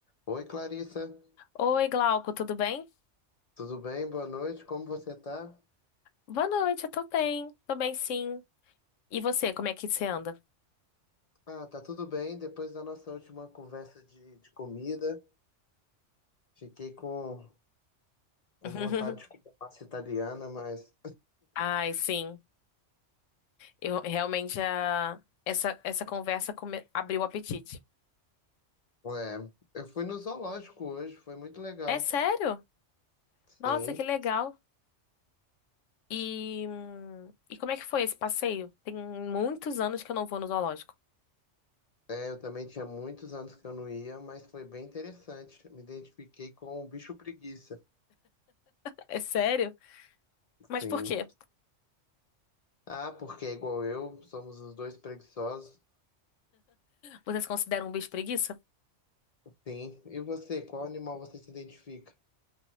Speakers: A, on the left (about 50°); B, on the left (about 85°).
A: Oi, Clarissa,
B: Oi, Glauco, tudo bem?
A: tudo bem? Boa noite, como você tá?
B: Boa noite, eu tô bem. Tô bem, sim. E você, como é que você anda?
A: Ah, tá tudo bem. Depois da nossa última conversa de, de comida, fiquei com, com
B: <laughs>
A: vontade de comer massa italiana, mas
B: Ai, sim. Eu realmente a... essa essa conversa come- abriu o apetite.
A: é, eu fui no zoológico hoje, foi muito legal.
B: É sério?
A: Sim,
B: Nossa, que legal. E hum, e como é que foi esse passeio? Tem muitos anos que eu não vou no zoológico.
A: é, eu também tinha muitos anos que eu não ia, mas foi bem interessante. Me identifiquei com o bicho preguiça.
B: É sério? Mas
A: Sim.
B: por quê?
A: Ah, porque é igual eu, somos os dois preguiçosos.
B: Você se considera um bicho preguiça?
A: Sim. E você, qual animal você se identifica?